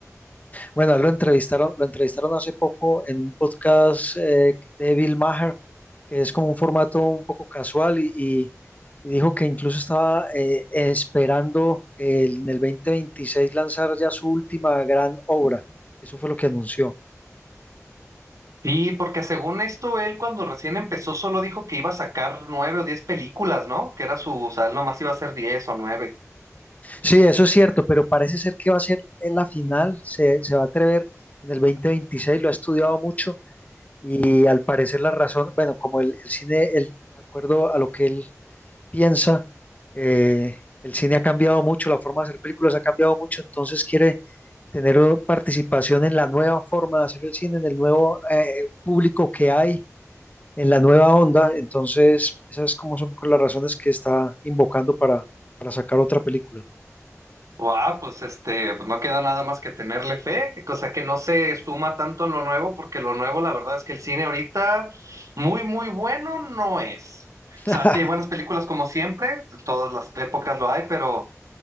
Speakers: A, on the left (about 30°); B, on the right (about 85°).
A: Bueno, lo entrevistaron, lo entrevistaron hace poco en un podcast eh, de Bill Maher, que es como un formato un poco casual y, y- y dijo que incluso estaba eh, esperando el- en el 2026 lanzar ya su última gran obra. Eso fue lo que anunció.
B: Y porque según esto, él cuando recién empezó solo dijo que iba a sacar nueve o diez películas, ¿no? Que era su, o sea, él nomás iba a hacer diez o nueve.
A: Sí, eso es cierto, pero parece ser que va a ser en la final, se, se va a atrever en el dos mil veintiséis lo ha estudiado mucho y al parecer la razón, bueno, como el, el cine, el, de acuerdo a lo que él piensa, eh, el cine ha cambiado mucho, la forma de hacer películas ha cambiado mucho, entonces quiere tener o- participación en la nueva forma de hacer el cine, en el nuevo eh, público que hay, en la nueva onda, entonces esas como son las razones que está invocando para, para sacar otra película.
B: Wow, pues este, pues no queda nada más que tenerle fe, cosa que no se suma tanto en lo nuevo, porque lo nuevo, la verdad es que el cine ahorita muy, muy bueno no es.
A: <laughs>
B: O sea, sí hay buenas películas como siempre, de todas las épocas lo hay, pero